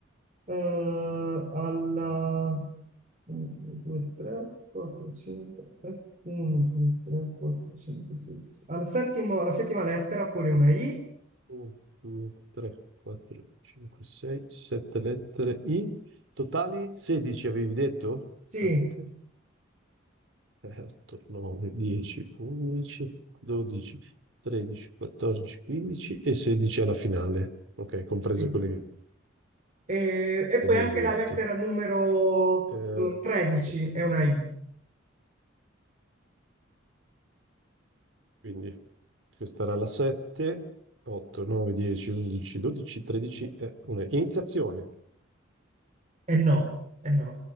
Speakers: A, on the right; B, on the right.
A: eh, alla 1, 2, 3, 4, 5, 1, 2, 3, 4, 5, 6, alla settimo- alla settima lettera pure una I.
B: 1, 2, 3, 4, 5, 6, 7 lettere I. Totali 16 avevi detto?
A: Sì,
B: 7, 8, 9, 10, 11, 12, 13, 14, 15 e 16 alla finale. Ok, comprese
A: sì.
B: quelle che
A: E, e
B: che
A: poi
B: mi
A: anche
B: hai detto.
A: la lettera numero
B: Eh,
A: eh, 13
B: ok,
A: è una I.
B: quindi questa era la 7, 8, 9, 10, 11, 12, 13 e una iniziazione.
A: E no, e no,